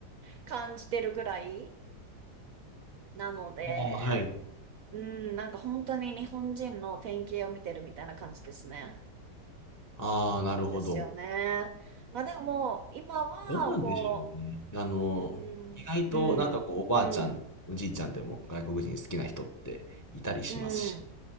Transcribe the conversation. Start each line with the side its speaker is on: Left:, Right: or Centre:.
Right: 感じてるぐらい、なので、
Left: ああ、はい。
Right: うん、なんか本当に日本人の典型を見てるみたいな感じですね。
Left: ああ、
Right: なんですよね。
Left: なるほど。
Right: まあでも、今は、
Left: どうなんでしょうね。
Right: こ
Left: あの、
Right: う、うん、
Left: 意外となんかこう、
Right: うん、
Left: おばあちゃん、
Right: うん、
Left: おじいちゃんでも外国人好きな人っていたりしますし、
Right: うん。